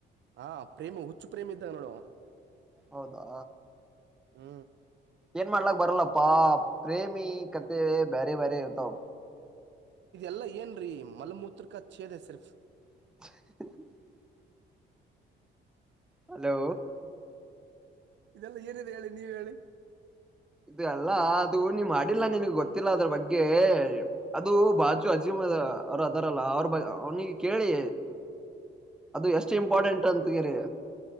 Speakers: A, on the right; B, in the centre.
A: ಹಾ ಪ್ರೇಮಿ ಹುಚ್ಚು ಪ್ರೇಮಿ ಇದ್ದಾಗ ನೋಡು
B: ಹೌದಾ
A: ಹ್ಮ
B: ಏನ್ ಮಾಡ್ಲಾಕ್ ಬರಲ್ಲಪ್ಪ ಪಾ ಪ್ರೇಮಿ ಕತೆ ಬೇರೆ ಬೇರೆ ಇರ್ತಾವ
A: ಇದೆಲ್ಲಾ ಏನ್ರೀ ಮಲ್ಮೂತ್ರಕ ಛೇದ ಸರ್ಫ
B: <inaudible> ಹಲೋ
A: ಇದೆಲ್ಲ ಏನಿದೆ ಹೇಳಿ ನೀವ ಹೇಳಿ
B: ಇದು ಅಲ್ಲ ಅದು ನೀ ಮಾಡಿಲ್ಲ ನಿನ್ಗ್ ಗೊತ್ತಿಲ್ಲ ಅದ್ರ ಬಗ್ಗೆ ಅದು ಬಾಜು ಅಜೀಮ್ ಅದ ಅವ್ರರು ಅದಾರಲ್ಲ ಅವ್ರ ಬ ಅವ್ನಿಗೆ ಕೇಳಿ ಅದು ಎಷ್ಟು ಷ್ಟ ಇಂಪಾರ್ಟೆಂಟ್ ಅಂತಗೆರಿ